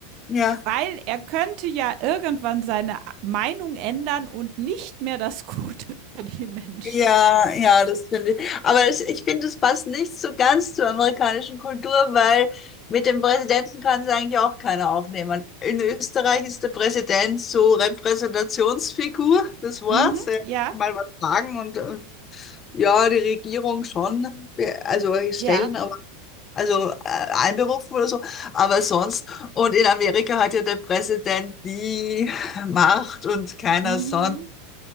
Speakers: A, on the left; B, on the right.
A: ja.
B: Weil er könnte ja irgendwann seine Meinung ändern und nicht mehr das <laughs> Gute für die Menschen.
A: Ja, ja, das finde ich. Aber ich, ich finde, es passt nicht so ganz zur amerikanischen Kultur, weil mit dem Präsidenten kann es eigentlich auch keiner aufnehmen. In Österreich ist der Präsident so Repräsentationsfigur, das war's.
B: Mhm,
A: Er
B: ja,
A: kann mal was sagen und äh, ja, die Regierung schon, äh, also stellen,
B: ja,
A: aber also äh, einberufen oder so, aber sonst. Und in Amerika hat ja der Präsident die Macht und keiner
B: mhm,
A: sonst